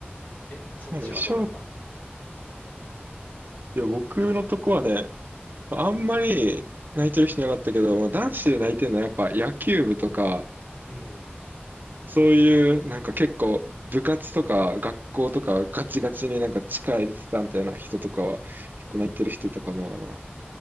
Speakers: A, on the left; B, on the right.
A: え、そっちはどうだった
B: まあね、しょう、いや、僕のとこはね、あんまり泣いてる人いなかったけど、まあ、男子で泣いてるのはやっぱ野球部とか、
A: うん。
B: そういうなんか結構部活とか学校とかガチガチになんか力入れてたみたいな人とかは結構泣いてる人いたかな。